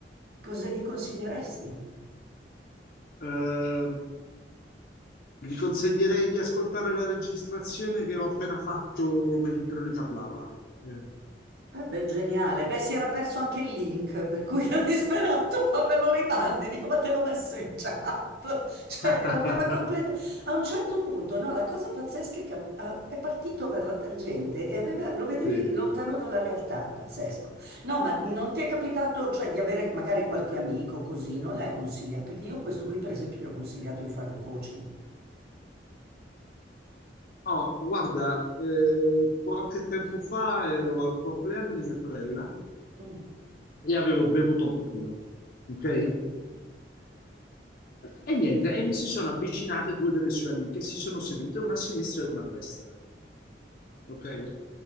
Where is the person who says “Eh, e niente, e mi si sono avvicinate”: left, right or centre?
Left